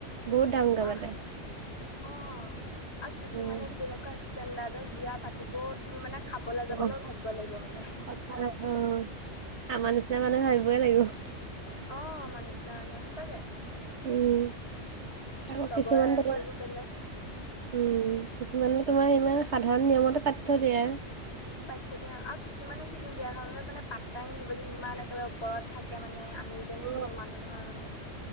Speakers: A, on the right (about 65°); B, on the left (about 60°).
A: বহুত ডাঙৰকে
B: অ
A: পাতে
B: হে, অ, আৰু কিছুমানে
A: উম,
B: কেনেকুৱা ষ্টেণ্ডাৰ্ডত বিয়া পাতিব। তুমি মানে খাবলৈ
A: অ,
B: যাবলৈও ভাবিব লাগিব মানে।
A: সঁচা অ, আমাৰ নিচিনা মানুহে ভাবিবই লাগিব।
B: অঁহ আমাৰ নিচনা নহয় সঁচাকে।
A: উম, আকৌ
B: চবৰে
A: কিছুমান দকা-
B: সেইবোৰ বেলেগ
A: উম কিছুমানে তোমাৰ ইমান সাধাৰণ নিয়মতে পাতি থৈ দিয়ে।
B: পাতি থৈ দিয়ে অহ আৰু কিছুমানে কি দিওঁ বিয়াখনলে মানে পাতাই দিব ইমান একেবাৰে ওপৰত থাকে মানে আমি- যেন
A: অ
B: কোনো মানুহ নহয় মানে।